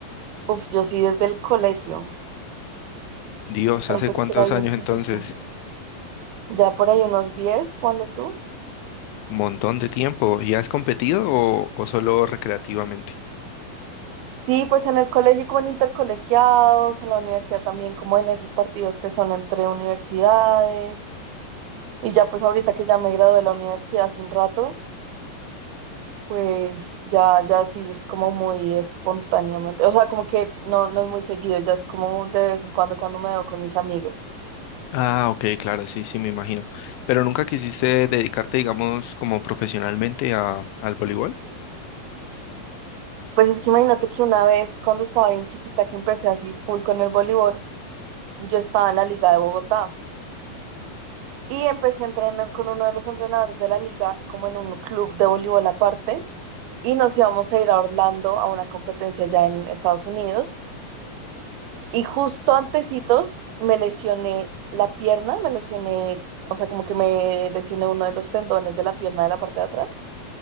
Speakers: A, on the right; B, on the left.
A: Uf, yo sí desde el colegio.
B: Dios,
A: Desde
B: ¿hace cuántos
A: que era bien
B: años
A: chiquita.
B: entonces?
A: Ya por ahí unos 10 ponle tú.
B: Montón de tiempo. ¿Y has competido o, o solo recreativamente?
A: Sí, pues en el colegio como en intercolegiados, en la universidad también como en esos partidos que son entre universidades. Y ya pues ahorita que ya me gradué de la universidad hace un rato, pues ya, ya sí es como muy espontáneamente. O sea, como que no, no es muy seguido, ya es como de vez en cuando cuando me veo con mis amigos.
B: Ah, ok, claro, sí, sí, me imagino. Pero nunca quisiste dedicarte, digamos, como profesionalmente a, al voleibol.
A: Pues es que imagínate que una vez cuando estaba bien chiquita que empecé así full con el voleibol, yo estaba en la Liga de Bogotá. Y empecé a entrenar con uno de los entrenadores de la liga, como en un club de voleibol aparte, y nos íbamos a ir a Orlando a una competencia ya en Estados Unidos. Y justo antecitos me lesioné la pierna, me lesioné, o sea, como que me lesioné uno de los tendones de la pierna de la parte de atrás,